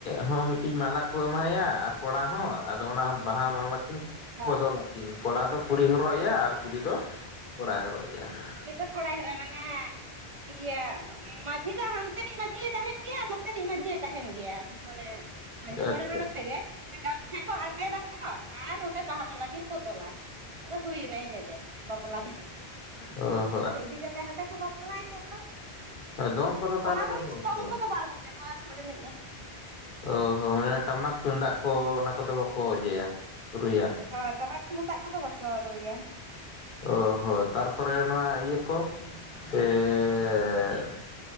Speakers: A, on the left; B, on the right.
A: ᱦᱚᱸ ᱢᱤᱫᱴᱤᱡ ᱢᱟᱞᱟ ᱠᱚ ᱮᱢᱟᱭᱟ ᱟᱨ ᱠᱚᱲᱟ ᱦᱚᱸ ᱟᱫᱚ ᱚᱱᱟ ᱵᱟᱦᱟ ᱢᱟᱞᱟ ᱠᱤᱱ
B: ᱦᱳᱭ
A: ᱵᱚᱫᱚᱞ ᱟᱹᱠᱤᱱ ᱠᱚᱲᱟ ᱫᱚ ᱠᱩᱲᱤᱭ ᱦᱚᱨᱚᱜ ᱮᱭᱟ ᱟᱨ ᱠᱩᱲᱤ ᱫᱚ ᱠᱚᱲᱟᱭ ᱦᱚᱨᱚᱜ ᱮᱭᱟ ᱾
B: ᱠᱩᱲᱤ ᱫᱚ ᱠᱚᱲᱟ ᱦᱚᱨᱚ ᱢᱟᱱᱮ ᱤᱭᱟᱹ ᱢᱟᱹᱡᱷᱤ ᱫᱚ ᱦᱟᱱᱛᱮ ᱱᱤᱡ ᱢᱟᱹᱡᱷᱤᱭ ᱛᱟᱦᱮᱱ ᱜᱮᱭᱟ ᱱᱚᱛᱮ ᱱᱤᱡ ᱢᱟᱹᱡᱷ ᱦᱚᱸᱭ ᱛᱟᱦᱮᱱ ᱜᱮᱭᱟ ᱾ ᱢᱟᱱᱮ ᱢᱟᱹᱡᱷᱤ ᱢᱚᱬᱮ
A: ᱟᱪᱪᱷᱟ
B: ᱦᱚᱲ ᱟᱛᱮ ᱜᱮ ᱜᱟᱢᱪᱷᱟ ᱠᱚ ᱟᱴᱮᱫ ᱫᱟᱠᱚ ᱟᱨ ᱚᱸᱰᱮ ᱵᱟᱦᱟ ᱢᱟᱞᱟ ᱠᱤᱱ ᱵᱚᱫᱚᱞᱟ ᱟᱫᱚ ᱦᱩᱭ ᱱᱟ ᱤᱱᱟᱹᱜᱮ ᱵᱟᱯᱞᱟ ᱛᱟᱠᱤᱱ ᱾
A: ᱚ ᱾
B: ᱟᱨ ᱤᱫᱤ ᱠᱟᱛᱮᱜ ᱦᱟᱸᱰᱮ ᱠᱚ ᱵᱟᱯᱞᱟᱭ ᱭᱟ ᱟᱫᱚ
A: ᱫᱚᱝ
B: ᱾
A: ᱠᱚᱫᱚ ᱛᱟᱦᱚᱞᱮ
B: ᱚᱱᱟ
A: ᱠᱚ
B: ᱠᱚᱨᱮ
A: ᱮᱱᱮᱡ
B: ᱫᱚ ᱫᱚᱢ
A: ᱟᱥᱮ
B: ᱠᱚᱫᱚ ᱵᱟᱝ ᱜᱮᱭᱟ ᱵᱟ ᱠᱚ ᱮᱱᱮᱡᱼᱟ ᱾
A: ᱚ ᱦᱚᱸ ᱢᱟᱱᱮ ᱴᱟᱢᱟᱠ ᱛᱩᱢᱫᱟᱜ ᱠᱚ ᱚᱱᱟ ᱠᱚᱫᱚ ᱵᱟᱠᱚ ᱤᱭᱟᱹᱭᱟ ᱨᱩᱭᱟ?
B: ᱦᱳᱭ ᱴᱟᱢᱟᱠ ᱛᱩᱢᱫᱟᱜ ᱠᱚᱫᱚ ᱵᱟᱠᱚ ᱨᱩᱭᱟ ᱾
A: ᱚ ᱦᱚᱸ ᱛᱟᱨᱯᱚᱨᱮ ᱱᱚᱣᱟ ᱤᱭᱟᱹ ᱠᱚ ᱮᱸᱻ